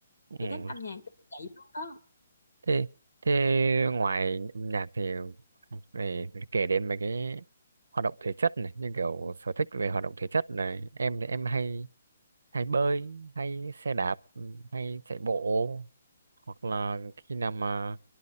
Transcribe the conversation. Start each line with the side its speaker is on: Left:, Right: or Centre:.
Right: ừ.
Left: chị thích âm nhạc vậy luôn đó
Right: thế thế ngoài âm nhạc thì phải kể đến mấy cái hoạt động thể chất này như kiểu sở thích về hoạt động thể chất này em thì em hay hay bơi hay xe đạp ừ, hay chạy bộ hoặc là khi nào mà